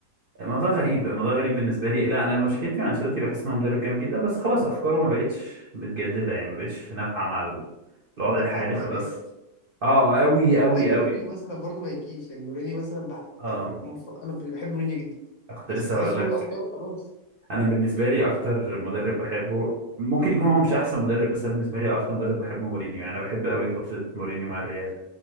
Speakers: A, on the right; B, on the left.
A: الموضوع غريب الموضوع غريب بالنسبه لي لا انا مشكلتي مع انشيلوتي بحس ان هو مدرب جامد جدا بس خلاص افكاره ما بقتش متجدده يعني ما بقتش نافعه مع ال- الوضع
B: اتهرب
A: الحالي خلاص
B: على الريال
A: اه قوي
B: زي
A: قوي
B: زي مورينيو
A: قوي
B: مثلا برضه ما يجيش يعني مورينيو مثلا بحت...
A: اه
B: مف- انا بحب مورينيو جدا
A: كنت
B: بس
A: لسه
B: تحسه
A: هقول لك
B: برضه افكاره خلاص
A: انا بالنسبه لي اكتر مدرب بحبه ممكن يكون هو مش احسن مدرب بس انا بالنسبه لي اكتر مدرب بحبه مورينيو يعني انا بحب قوي فتره مورينيو مع الريال